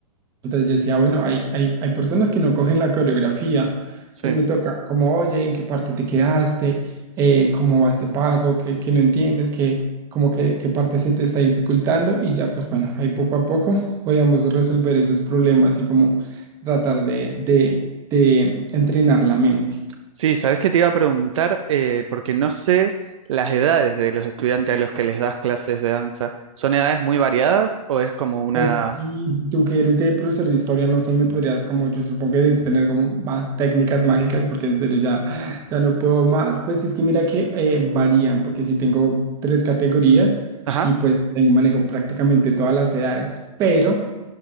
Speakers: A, on the right (about 15°); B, on the right (about 55°).
A: entonces yo decía, bueno, hay, hay, hay personas que no cogen la coreografía,
B: sí.
A: entonces me toca como, oye, ¿en qué parte te quedaste? Eh, ¿cómo va este paso? ¿Qué, qué no entiendes? ¿Qué, como que, qué parte se te está dificultando? Y ya, pues bueno, ahí poco a poco podíamos resolver esos problemas y como tratar de, de de entrenar la mente.
B: Sí, sabes que te iba a preguntar, eh, porque no sé las edades de los estudiantes a los que les das clases de danza. ¿Son edades muy variadas o es como una...
A: Pues si tú que eres de profesor de historia, no sé, me podrías como, yo supongo que debes tener como más técnicas mágicas, porque en serio ya, ya no puedo más. Pues es que mira que eh, varían, porque si tengo tres categorías
B: Ajá,
A: y pues tengo, manejo prácticamente todas las edades, pero